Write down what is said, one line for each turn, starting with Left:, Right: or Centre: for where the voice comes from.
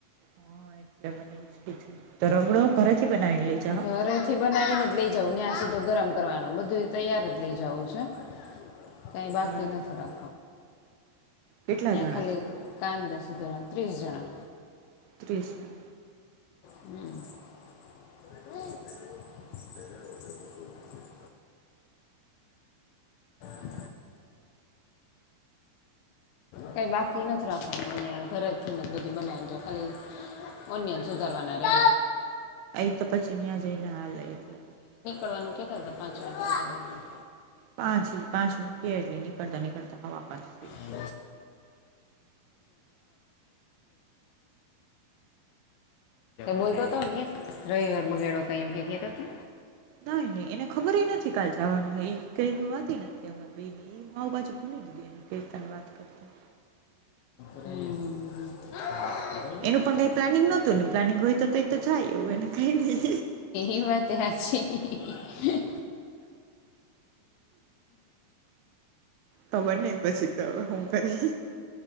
Right: હા એટલે મનેગડો ઘરેથી બનાવી લઈ. જા
Left: ઘરેથી
Right: હા
Left: બનાવીને જ લઇ જવું યાં સીધો ગરમ કરવાનું બધું તૈયાર જ લઇ જવું છે. કંઈ બાકી
Right: બરાબર
Left: નથી થોડા
Right: કેટલા જણા
Left: ખાલી
Right: છે
Left: કાંદ સુધોરાણ ત્રીસ જણા
Right: ત્રીસ મ
Left: <inaudible> હ <unintelligible> કઈ બાકી નથી રાખવાનું ઘર ને બધું બનાવીજો ખાલી ઓનન સુધારવાના રહે
Right: હા ઈ તો પછી ન્યાં જઈને હાલ એટલે
Left: કરનું કેતાતા પાંચ વા <inaudible>
Right: પાંચ પાંચ મ કે એટલી ન કરતા ન કરતા હવા પાંચ
Left: હમ
Right: છે.
Left: બોલતો હતો ક્ય રવિવાર બગેડો ક કે કતોતો
Right: નઈ નહી એને ખબર નથી કાલ જવાનું એ કઈ વાત નથી અમાર બે ને એ માવ બાજુ તન વાત કરતોતા <inaudible>
Left: <unintelligible> હમ
Right: એનું પણ કઈ પ્લાનિંગ નોતુ પ્લાનિંગ હોય તો જાય એવું એને કંઈ નહી
Left: એ વાત હાચી છે.
Right: ખબર નહી પછી તો હવે હું કરે.